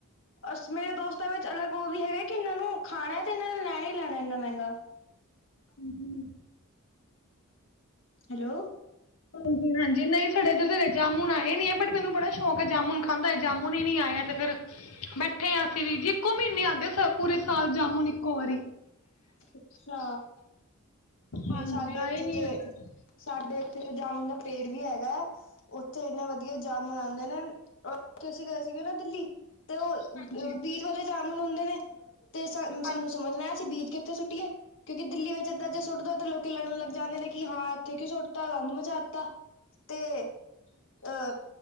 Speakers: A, on the left; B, on the left.
A: ਔਰ ਮੇਰੇ ਦੋਸਤਾਂ ਵਿੱਚ ਅਲੱਗ ਉਹ ਵੀ ਹੈਗਾ ਕਿ ਇਹਨਾਂ ਨੂੰ ਖਾਣਾ ਹੈ ਤੇ ਇਹਨਾਂ ਨੇ ਲੈਣਾ ਹੀ ਲੈਣਾ ਇੰਨਾ ਮਹਿੰਗਾ।
B: ਹੂੰ ਹੂੰ
A: ਹੈਲੋ।
B: ਹਾਂਜੀ-ਹਾਂਜੀ ਨਹੀਂ ਸਾਡੇ ਇੱਧਰ ਤੇ ਜਾਮੁਨ ਆਏ ਨੀ ਹੈ ਬਟ ਮੈਨੂੰ ਬੜਾ ਸ਼ੌਕ ਹੈ ਜਾਮੁਨ ਖਾਨ ਦਾ ਜੇ ਜਾਮੁਨ ਹੀ ਨਹੀਂ ਆਇਆ ਤੇ ਫੇਰ ਬੈਠੇ ਹ ਅਸੀਂ ਵੀ ਜੀ ਇੱਕੋ ਮਹੀਨੇ ਆਉਂਦੇ ਪੂਰੇ ਸਾਲ ਜਾਮੁਨ ਇੱਕੋ ਵਾਰੀ
A: ਅਛਾ। ਨਹੀਂ
B: ਹਾਂਜੀ
A: ਸਾਡੇ
B: ਆਏ
A: ਇੱਥੇ
B: ਨਹੀਂ
A: ਤੇ,
B: ਹੈਗੇ
A: ਸਾਡੇ ਇੱਥੇ ਤੇ ਜਾਮੁਨ ਦਾ ਪੇੜ ਵੀ ਹੈਗਾਐ। ਉੱਥੇ ਇੰਨੇ ਵਧੀਆ ਜਾਮੁਨ ਆਉਂਦੇ ਨੇ, ਉਥੇ ਅਸੀਂ ਗਏ ਸੀਗੇ ਨਾ ਦਿੱਲੀ ਤੇ ਉਹ
B: ਹਾਂਜੀ
A: ਬੀਜ ਵਾਲੇ ਜਾਮਨ ਹੁੰਦੇ ਨੇ, ਤੇ ਸਾਨੂੰ
B: ਹਾਂਜੀ
A: ਸਮਝਣਾ ਅਸੀਂ ਬੀਜ ਕਿੱਥੇ ਸੁੱਟੀਏ, ਕਿਉਂਕਿ ਦਿੱਲੀ ਵਿੱਚ ਏਦਾਂ ਜੇ ਸੁੱਟ ਦੋ, ਤਾਂ ਲੋਕੀ ਲੜਨ ਲੱਗ ਜਾਂਦੇ ਨੇ ਕਿ ਹਾਂ ਇੱਥੇ ਕਿਉਂ ਸੁੱਟਤਾ ਗੰਦ ਮਚਾ ਦਿੱਤਾ। ਤੇ ਆ,